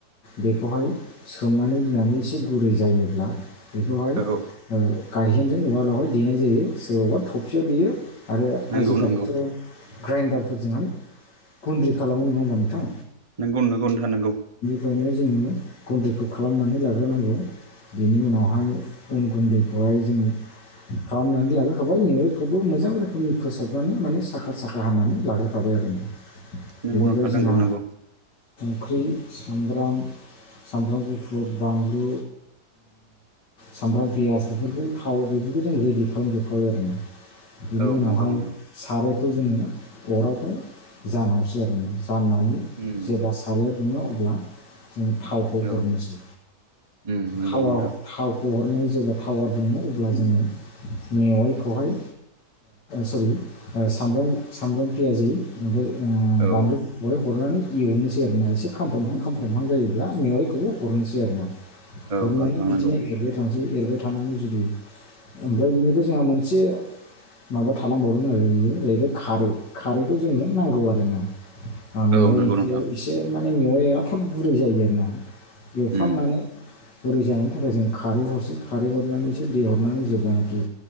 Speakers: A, on the left; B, on the right.
A: बेखौहाय सोमनानै दोननानै एसे गुरै जायोब्ला बेखौहाय
B: औ
A: गायहेनजों उवालावहाय देनाय जायो सोरबाबा थबसियाव देयो आरो
B: नंगौ
A: आजिखालिथ'
B: नंगौ
A: ग्राइन्दारफोरजोंहाय गुन्द्रि खालामो नङा होमबा नोंथां
B: नंगौ नोंगौ नोंथां नोंगौ
A: फ्रायनो जोङो गुन्दैखौ खालामनानै लाग्रोनांगौ बेनि उनावहाय उन गुन्दैखौहाय जोङो खालामनानै लाबोखाबाय नोखौबो मोजां रोखोमनि फोसाबनानै माने साखा साखा हानानै लाग्रोखाबाय आरो
B: नंगौ
A: बेनिफ्राय
B: नोंथां
A: जोंहा
B: नंगौ नंगौ
A: फुख्रि सामब्राम सामब्राम गुफुर बानलु सामब्राम पियास बेफोरखौ थाव बेफोरखौ जों रेडि खालामजोबखाबाय आरो ना बिनि
B: औ
A: उनावहाय
B: नंगौ नोंथां
A: सारायखौ जोङो अरावहाय जानहरसै आरोना राननानै
B: उम
A: जेब्ला सारायाव दुङो अब्ला जों थावखौ हरनोसै
B: औ उम नंगौ
A: थाव
B: नोंथां
A: थावखौ जेब्ला थावा दुङो अब्ला जोङो मेवाइखौहाय सरि सामब्राम सामब्राम पियाजि ओमफ्राय
B: औ
A: बानलुखौहाय हरनानै एवनोसै आरोना एसे खामफ्रामहां खामफ्रामहां जायोब्ला मेवाइखौबो हरनोसै आरोना
B: औ
A: हरनानै
B: नोंथां
A: बिदिनो
B: नंगौ
A: एरबाय थांसै एरबाय थानानै जुरयो ओमफ्राय बिनिफ्राय जोंहा मोनसे माबा थालांबावदों आरो बियो जाहैबाय खारै खारैखौ जोंनो नांगौ आरोना मेवाइ
B: औ नंगौ
A: ओंख्रियाव
B: नोंथां
A: एसे माने मेवआ थाब गुरै जायो आरो ना एवफ्रामनानै
B: उम
A: बुरै जानायनि थाखाय जों खारै हरसै खारै हरनानैसो दै हरनानै जोब्लानाखि